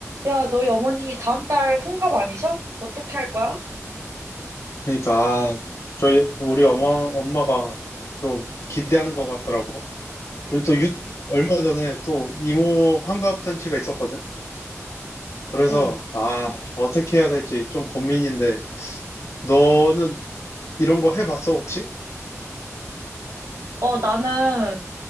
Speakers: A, on the right; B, on the left.
A: 야, 너희 어머니 다음 달 환갑 아니셔? 어떻게 할 거야?
B: 그러니까 아, 저희 우리 엄마 엄마가 좀 기대하는 것 같더라고.
A: 응,
B: 그리고 또 유, 얼마 전에 또 이모 환갑 잔치가 있었거든. 그래서
A: 응,
B: 아 어떻게 해야 될지 좀 고민인데 너는 이런 거 해봤어 혹시?
A: 어, 나는